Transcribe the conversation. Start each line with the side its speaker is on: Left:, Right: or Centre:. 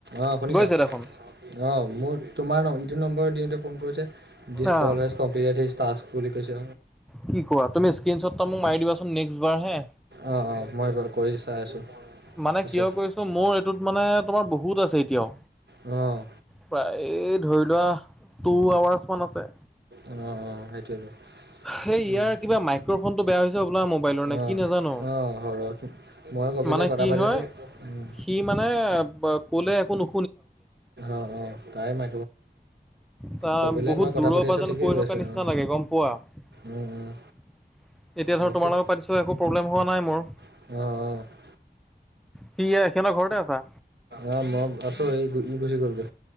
Right: অ', শুনিছা?
Centre: গৈছে দেখোন।
Right: অ', মোৰ তোমাৰ ইটো নম্বৰ দিওঁতে ফোন কৰিছে। দিছ
Centre: অ'।
Right: কল হেছ কমপ্লিটএড হিছ টাস্ক বুলি কৈছে।
Centre: কি কোৱা, তুমি স্ক্ৰীনশট এটো মাক মাৰি দিবাচোন নেক্সট বাৰ হে?
Right: অ', অ', মই কৰি চাই আছোঁ।
Centre: মানে
Right: পিছত
Centre: কিয় কৈছোঁ মোৰ এইটোত মানে তোমাৰ বহুত আছে এতিয়াও।
Right: অ'।
Centre: প্ৰাইয়ে ধৰি লোৱা টু আৱাৰ্চ মান আছে।
Right: অ', সেইটোয়েটো।
Centre: সেই
Right: উম,
Centre: ইয়াৰ কিবা মাইক্ৰফোনটো বেয়া হৈছে হ'বলা মোবাইলৰ নে কি
Right: অ',
Centre: নাজানো।
Right: অ', হয় <unintelligible> মই কপিলে
Centre: মানে
Right: কথা
Centre: কি
Right: পাতিছো,
Centre: হয়
Right: উম।
Centre: সি মানে ব ক'লে একো নু
Right: অ', অ', তাই <unintelligible>
Centre: তাৰ
Right: কপিলে
Centre: বহুত
Right: মই কথা
Centre: দূৰৰ
Right: পাতি আছোঁ
Centre: পৰা যেন
Right: ঠিকেই
Centre: কৰি
Right: কৈ
Centre: থকা
Right: আছে
Centre: নিচিনা
Right: অ',
Centre: লাগে, গম পোৱা। এতিয়া
Right: উম, উম, বাকী
Centre: ধৰ তোমাৰ লগত পাতিছো একো প্ৰব্লেম হোৱা নাই মোৰ।
Right: <unintelligible>
Centre: কি এয়া সিঁহতৰ ঘৰতে আছা।
Right: অ', মই আছো, এই ই গুচি গ'লগে।